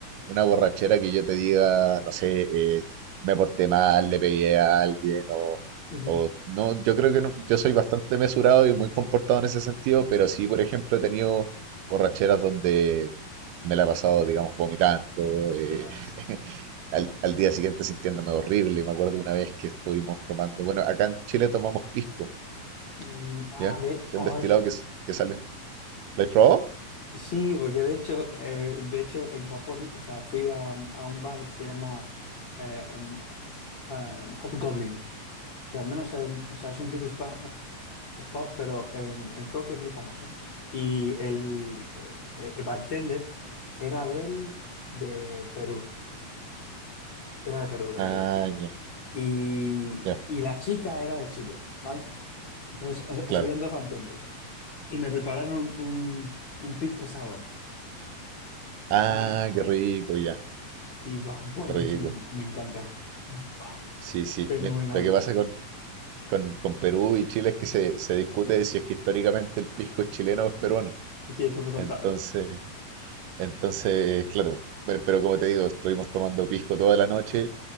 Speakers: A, on the right (about 80°); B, on the left (about 45°).
A: una borrachera que yo te diga, no sé, eh, me porté mal, le pegué a alguien o,
B: Ujú.
A: o no, yo creo que no, yo soy bastante mesurado y muy comportado en ese sentido, pero sí, por ejemplo, he tenido borracheras donde me la he pasado, digamos, vomitando, eh,
B: Ugh.
A: <laughs> al, al día siguiente sintiéndome horrible. Me acuerdo una vez que estuvimos tomando, bueno, acá en Chile tomamos pisco,
B: Mm, ah,
A: ¿ya?
B: de...
A: Que
B: oh,
A: es un destilado
B: es-
A: que, s- que sale. ¿Lo has probado?
B: Sí, porque de hecho, eh, de hecho en Japón, o sea, fui a, a un bar que se llama eh, em, em, Hobgoblin, que al menos en- o sea, es un British pub, eh, es pub, pero en, en Tokio es muy famoso. Y el, eh, el bartender era del, de Perú, era de Perú eh,
A: Ah,
B: el chico.
A: ya,
B: Y,
A: ya,
B: y la chica era de Chile, ¿vale? Entonces, eh,
A: claro.
B: se habían dos bartenders. Y me prepararon un, un pisco sour,
A: Ah,
B: amargo, amargo.
A: qué rico, ya,
B: Y va buenísimo,
A: qué rico.
B: me encantó Buah,
A: Sí, sí.
B: fenomenal.
A: Mira, lo que pasa con, con, con Perú y Chile es que se, se discute de si es que históricamente el pisco es chileno o es peruano.
B: Sí, eso me contaron.
A: Entonces, entonces, claro. Bueno, pero como te digo, estuvimos tomando pisco toda la noche